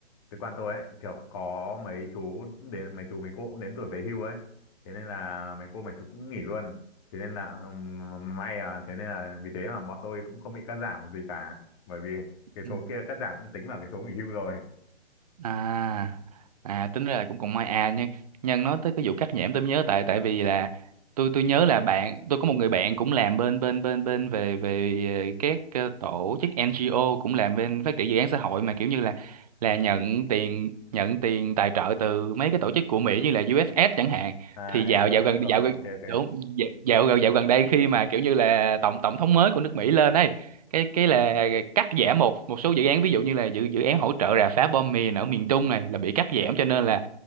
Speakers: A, on the left; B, on the right.
A: cơ quan tôi ấy kiểu cũng có mấy chú đến mấy chú mấy cô cũng đến tuổi về hưu ấy. Thế nên là mấy cô mấy chú cũng nghỉ luôn. Thế nên là ừm, may à, thế nên là vì thế mà bọn tôi cũng không bị cắt giảm gì cả bởi vì cái
B: Ừ.
A: số kia cắt giảm cũng tính vào cái số nghỉ hưu rồi.
B: à à tính ra là cũng còn may à nhưng nhân nói tới cái vụ cắt nhẽm tôi mới nhớ tại tại vì là tôi tôi nhớ là bạn tôi có một người bạn cũng làm bên bên bên bên về về ờ, các ờ, tổ chức NGO cũng làm bên phát triển dự án xã hội mà kiểu như là là nhận tiền nhận tiền tài trợ từ mấy cái tổ chức của Mỹ như là USS chẳng hạn
A: À
B: thì dạo
A: NGO
B: dạo
A: tôi
B: gần
A: biết rồi.
B: dạo gần
A: Ok ok.
B: đúng dạo dạo gần dạo gần đây khi mà kiểu như là tổng tổng thống mới của nước Mỹ lên ấy cái cái là cắt giảm một một số dự án ví dụ như là dự dự án hỗ trợ rà phá bom mìn ở miền Trung này là bị cắt giảm cho nên là